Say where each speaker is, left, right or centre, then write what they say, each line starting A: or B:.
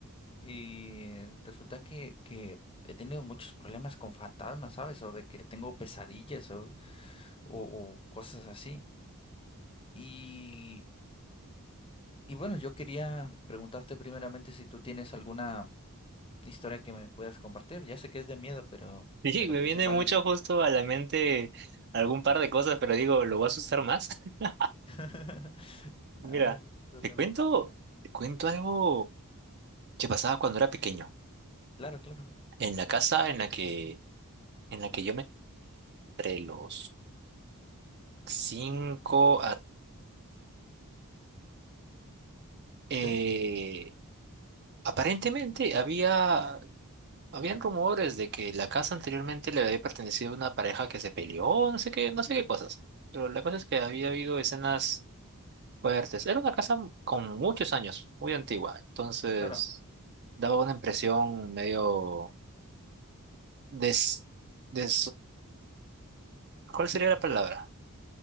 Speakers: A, on the left (about 25°); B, on the right (about 50°).
A: y resulta que, que he tenido muchos problemas con fantasmas, ¿sabes? O de que tengo pesadillas o, o, o cosas así. Y, y bueno, yo quería preguntarte primeramente si tú tienes alguna historia que me puedas compartir. Ya sé que es de miedo, pero,
B: Sí,
A: pero
B: me
A: pues
B: viene
A: igual.
B: mucho justo ante algún par de cosas, pero digo, lo voy a asustar más. <laughs>
A: <laughs>
B: Mira,
A: Ah, no hay problema.
B: te cuento, te cuento algo que pasa pequeño.
A: Claro, claro.
B: En la casa, en la que yo, cinco, eh,
A: Sí,
B: aparentemente había. Habían rumores de que la casa anteriormente le había pertenecido a una pareja que se peleó, no sé qué, no sé qué cosas. Pero la cosa es que había habido escenas fuertes. Era una casa con muchos años, muy antigua. Entonces,
A: claro,
B: daba una impresión medio des, des, ¿cuál sería la palabra?